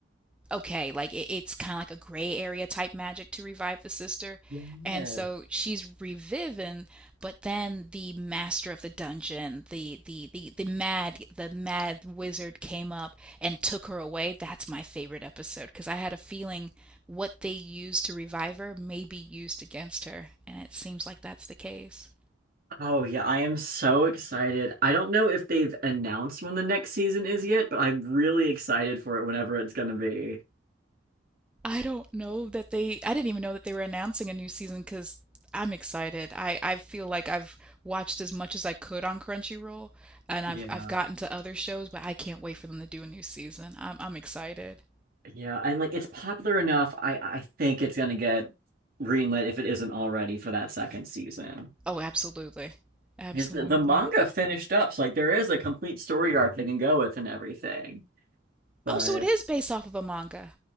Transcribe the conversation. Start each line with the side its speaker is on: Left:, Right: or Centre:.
Centre: okay, like it, it's kind of like a gray area type magic to revive the sister.
Right: Yeah.
Centre: And so she's reviving, but then the master of the dungeon, the the the the mad the mad wizard came up and took her away. That's my favorite episode because I had a feeling what they used to revive her may be used against her, and it seems like that's the case.
Right: Oh yeah, I am so excited. I don't know if they've announced when the next season is yet, but I'm really excited for it whenever it's gonna be.
Centre: I don't know that they, I didn't even know that they were announcing a new season because I'm excited. I, I feel like I've watched as much as I could on Crunchyroll and I've
Right: Yeah.
Centre: I've gotten to other shows, but I can't wait for them to do a new season. I'm I'm excited.
Right: Yeah, and like it's popular enough. I I think it's gonna get greenlit if it isn't already for that second season.
Centre: Oh, absolutely. Absolutely.
Right: Because the, the manga finished up, so like there is a complete story arc they can go with and everything. But
Centre: Oh, so it is based off of a manga.